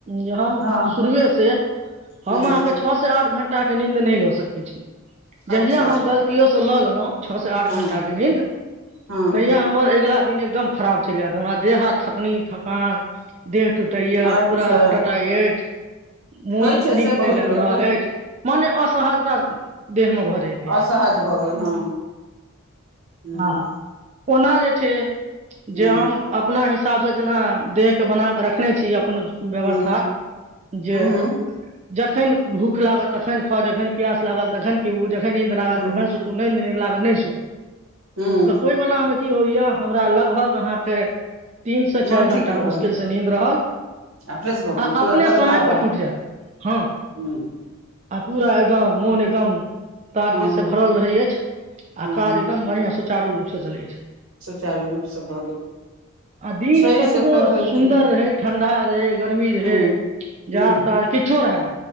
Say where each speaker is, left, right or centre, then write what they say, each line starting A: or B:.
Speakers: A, on the right; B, on the right.
A: जे हम
B: हँ
A: शुरुए से हम
B: ह
A: अहाँके छ से आठ घं्टा ताके नीदे नहि ल। सकै छी जहिया
B: अच्छा
A: हम गलतियोसँ लऽ लेलहुँ छओ से आठ
B: हँ
A: घण्टाके नीन्द
B: हँ
A: तहिया हमर अगिला। दिन एकदम खराब चलि जायत हमरा। देहा थकनी। थकान देह टूटे या
B: अच्छा
A: पूरा टटा अछि। मोन
B: होइ छै
A: नीक
B: से
A: नहि
B: बहुत
A: लागि
B: लोकके
A: रहल अछि। मने असहजता। देह मे भऽ जाइत अछि
B: असहज भऽ गेल हँ। हू
A: आ
B: ह।
A: ओना जे छै।
B: ह
A: जे हम अपना हिस। हिसाबसँ जेना देह के बना कऽ रखने छी। अपन व्यवस्था
B: ह
A: जे।
B: ह
A: जखन भूख लागल तखन खाउ जखन प्यास लागल तखन पिबू जखन। नंद लागल
B: ह ह
A: तखन त नंद नहि लागल। कर नहि सु।
B: ह
A: तऽ ओहि वलामे। अथी होइया हमरा लगभग अहाँके। तीन से
B: मोन
A: चारि
B: ठीक
A: घं्टा
B: रहल
A: मुश्किल से नीद रहल
B: आ फ्रेश भऽ
A: आ
B: गेल पूरा
A: अपने
B: तरोताजा
A: समय पर टूटि जायत हँ
B: ह
A: आ पूरा। एकदम मन एकदम। ताजगी
B: हँ
A: से भरल रहै अछि। आ
B: हँ
A: काज एकदम बढ़िआँ। सुचारू रूप से चलै छै।
B: सुचारू रूपसँ भऽ गेल।
A: आ दिन
B: छै
A: कतबो
B: से तऽ होइ
A: सुन्दर
B: छै
A: रहै ठण्ढा रहै गरमी रहै
B: ह्म ह्म
A: जाड़ तड़ किछो रहए।